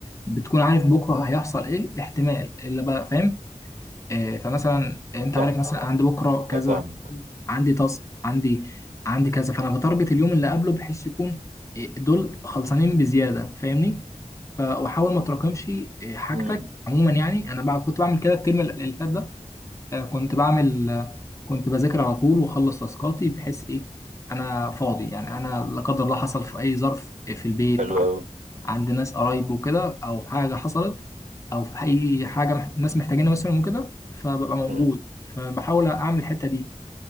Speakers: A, on the left; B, on the right.
A: بتكون عارف بكره هيحصل ايه احتمال الا بقى فاهم آه، فمثلا انت
B: صح
A: عارف مثلا عند بكره كذا
B: أي فاهمك
A: عندي تاسك عندي عندي كذا فانا بتارجت اليوم اللي قبله بحيث يكون إيه، دول خلصانين بزياده فاهمني ف- واحاول ما تراكمش إيه، حاجتك
B: أمم،
A: عموما يعني انا بقى كنت بعمل كده الترم اللي فات ده آه، كنت بعمل آه، كنت بذاكر على طول واخلص تاسكاتي بحيث ايه انا فاضي يعني انا لا قدر الله حصل في اي ظرف إيه، في البيت
B: حلو
A: ع-
B: أوي
A: عند ناس قرايب وكده او حاجه حصلت او في اي حاجه مح- ناس محتاجينها مثلا وكده فببقى موجود
B: أمم.
A: فبحاول اعمل الحته دي